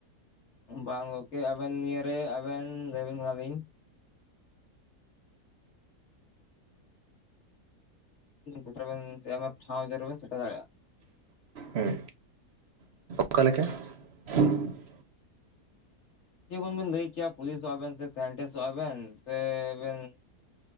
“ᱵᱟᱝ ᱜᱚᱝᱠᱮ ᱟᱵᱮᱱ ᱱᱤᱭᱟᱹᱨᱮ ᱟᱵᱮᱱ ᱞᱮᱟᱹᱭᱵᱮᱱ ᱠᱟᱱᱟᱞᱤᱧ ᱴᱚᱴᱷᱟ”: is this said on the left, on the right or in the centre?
Left